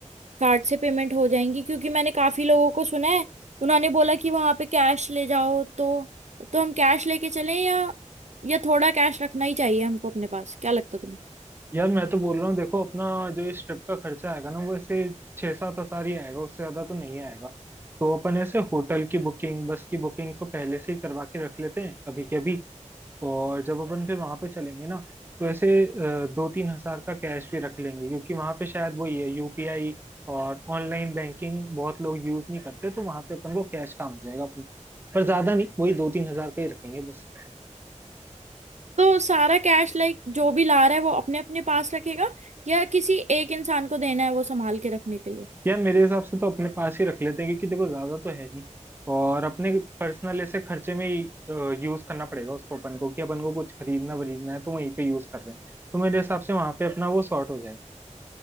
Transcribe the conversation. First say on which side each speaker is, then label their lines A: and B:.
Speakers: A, on the right; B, on the right.
A: कार्ड से पेमेंट हो जाएंगी क्योंकि मैंने काफी लोगों को सुना है उन्होंने बोला कि वहां पे कैश ले जाओ तो तो हम कैश लेके चलें या या थोड़ा कैश रखना ही चाहिए हमको अपने पास क्या लगता है तुम्हें
B: यार मैं तो बोल रहा हूँ देखो अपना जो इस ट्रिप का खर्चा आएगा ना वो ऐसे छः सात हजार ही आएगा उससे ज्यादा तो नहीं आएगा तो अपन ऐसे होटल की बुकिंग बस की बुकिंग तो पहले से ही करवा के रख लेते हैं अभी के अभी और जब अपन फिर वहां पे चलेंगे ना तो ऐसे अ, दो तीन हजार का कैश भी रख लेंगे क्योंकि वहां पे शायद वही है यूपीआई और ऑनलाइन बैंकिंग बहुत लोग यूज नहीं करते तो वहां पे अपन को कैश काम आ जाएगा अपन पर ज्यादा नहीं वही दो तीन हजार का ही रखेंगे बस
A: तो सारा कैश लाइक जो भी ला रहा है वो अपने अपने पास रखेगा या किसी एक इंसान को देना है वो संभाल के रखने के लिए
B: यार मेरे हिसाब से तो अपने पास ही रख लेते हैं क्योंकि देखो ज्यादा तो है नहीं और अपने पर्सनल ऐसे खर्चे में ही यूज करना पड़ेगा उसको अपन को कि अपन को कुछ खरीदना वरीदना है तो वहीं पे यूज कर रहे हैं तो मेरे हिसाब से वहां पे अपना वो सॉर्ट हो जाएगा